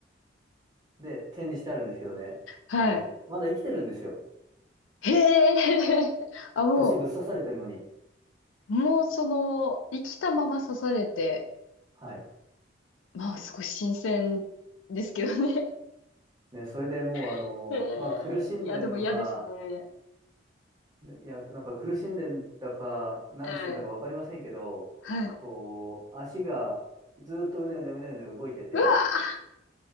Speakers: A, on the right; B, on the left.
A: で、展示してあるんですけどね、
B: はい。
A: あの、まだ生きてるんですよ。
B: へー、<laughs> あ、も
A: 串ぶっ刺されてんのに。
B: う、もうその、生きたまま刺されて、
A: はい。
B: まあ、少し新鮮ですけどね。
A: ね、それでもう、あの、
B: <laughs> えー、
A: まあ、苦しんでんのか、
B: いや、でも嫌ですね。
A: いや、なんか苦しんでんだか、何してんだかわかりませんけど、
B: はい。はい。
A: こう、足がずっとうねうねうねうね動いてて、
B: うわ